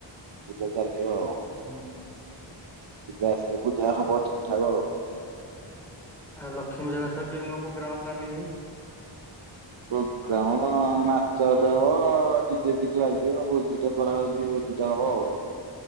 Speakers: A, on the right; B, in the centre.
A: ପୂଜା ଚାଲିଥିବ ଆଉ
B: ହଁ।
A: ଜା ଆସ ପୂଜା ହବ ଠିକ ଠାକ ଆଉ।
B: ଆଉ ଲକ୍ଷ୍ମୀ ପୂଜାକଥା କେମିତି କଣ ପ୍ରୋଗ୍ରାମ ପ୍ଲାନିଙ୍ଗ
A: ପ୍ରୋଗ୍ରାମ କଣ ନାଚଟେ ହବ ଡିଜେ ଫିଜେ ବାଜି ଭୋଜିଟେ କରାହେଉଛି ଭୋଜି ଭୋଜିଟେ ହବ ଆଉ।